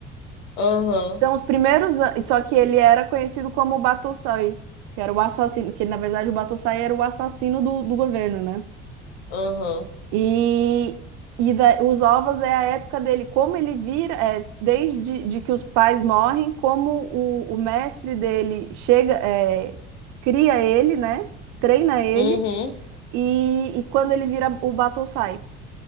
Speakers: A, on the left; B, on the right.
A: Aham.
B: São os primeiros anos. Só que ele era conhecido como o Batutai, que era o assassino. Que ele, na verdade, o Batutai era o assassino do, do governo, né?
A: Aham.
B: E, e da- os ovos é a época dele. Como ele vira, é, desde de que os pais morrem, como o, o mestre dele chega, é, cria ele, né? Treina ele.
A: Uhum.
B: E, e quando ele vira o Batutai.